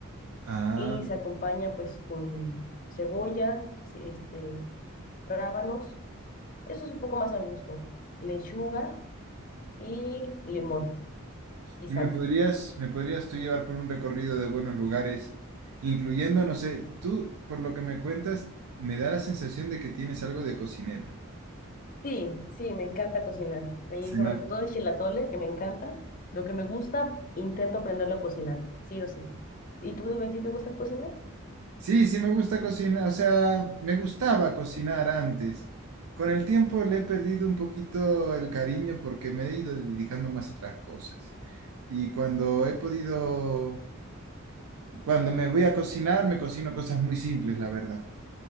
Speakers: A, on the right (about 85°); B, on the left (about 40°).
A: ah
B: Y se acompaña pues con cebolla, sí, este, rábanos, eso es un poco más a gusto, lechuga y limón y
A: ¿Y
B: salsa.
A: me podrías, me podrías tú llevar por un recorrido de buenos lugares, incluyendo, no sé, tú, por lo que me cuentas, me da la sensación de que tienes algo de cocinera.
B: Sí, sí, me encanta cocinar. Y
A: Se
B: sobre
A: nota.
B: todo el chilatole, que me encanta. Lo que me gusta, intento aprenderlo a cocinar, sí o sí. ¿Y tú, de ti te gusta cocinar?
A: Sí, sí me gusta cocinar, o sea, me gustaba cocinar antes. Con el tiempo le he perdido un poquito el cariño porque me he ido dedicando más a otras cosas. Y cuando he podido, cuando me voy a cocinar, me cocino cosas muy simples, la verdad.